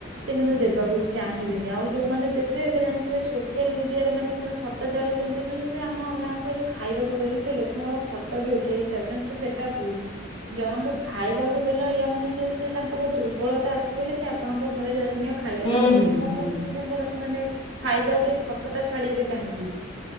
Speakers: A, on the right; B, on the left.
A: କିନ୍ତୁ ଦେବାକୁ ଚାହିଁବେନି। ଆଉ ଯୋଉମାନେ ଦେବେ ଏବେ ଜାଣିଥିବେ ସୋସିଆଲ ମିଡିଆରେ ମାନେ ସେମାନେ ଫଟ୍ ଚାଲିଛନ୍ତିିଁ <unintelligible> ହଁ ଆମେ ଆଙ୍କୁ ଖାଇବାକୁ ଦେଲୁ ସେ ଲୋକଙ୍କର ଫଟୋ ବି ଉଠେଇକି ଚାଡିଲ ସେଟା ଭୁଲ। ଜଣଙ୍କୁ ଖାଇବାକୁ ଦେଲ ୟା ମାନେ ଯ ତାଙ୍କର ଦୁର୍ବଳତା ଅଛି ବୋଲି ସେ ଆପଣଙ୍କ ଘରେ ଧରିନୀୟ ଖାଇଲେ।
B: ହୁଁ
A: ତାପରେ
B: ହୁଁ
A: କଣ
B: ହୁଁ
A: କ ତାଙ୍କର ମାନେ ଫାଇଦା ଗୋଟେ ଫଟୋଟା ଛାଡିବେ କାହିଁକି।